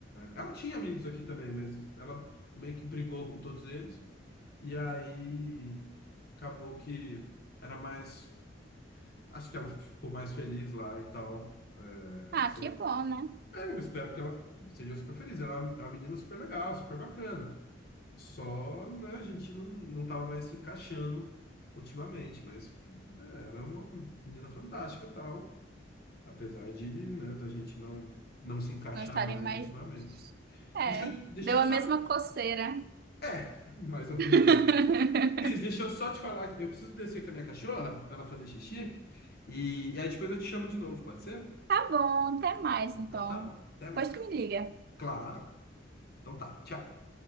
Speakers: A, on the left; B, on the right.
A: ela tinha amigos aqui também, mas ela meio que brigou com todos eles. E aí acabou que era mais. Acho que ela ficou mais feliz lá e tal. É,
B: Ah,
A: se-
B: que bom, né?
A: é, eu espero que ela seja super feliz. Ela é uma menina super legal, super bacana. Só, né, a gente não, não tava mais se encaixando ultimamente, mas né, ela é uma menina fantástica e tal, apesar de, né, da gente não, não se encaixar
B: Nós estaremos
A: mais
B: mais
A: ultimamente.
B: juntos. É,
A: Deixa, eu- deixa
B: deu
A: eu
B: a
A: só...
B: mesma coceira.
A: É, <laughs> mais ou
B: <laughs>
A: menos isso. Cris, deixa eu só te falar, que eu preciso descer com a minha cachorra para ela fazer xixi, e, e aí depois eu te chamo de novo, pode ser?
B: Tá bom, até mais
A: Então
B: então.
A: tá bom, até mais.
B: Depois tu me liga.
A: Claro, então tá, tchau.